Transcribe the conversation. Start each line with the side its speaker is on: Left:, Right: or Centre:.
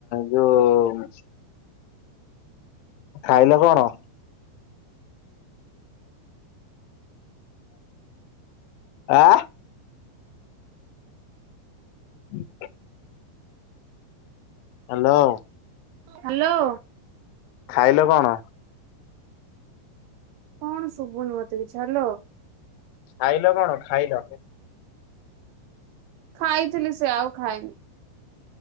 Left: ଯୋଉ ଖାଇଲ କଣ? ଆଁ <inaudible> ହ୍ୟାଲୋ
Right: ହ୍ୟାଲୋ
Left: ଖାଇଲ କଣ?
Right: କଣ ଶୁଭୁନି ମତେ କିଛି? ହାଲୋ।
Left: ଖାଇଲ କଣ ଖାଇଲ?
Right: ଖାଇଥିଲି ସେ ଆଉ ଖାଇନି।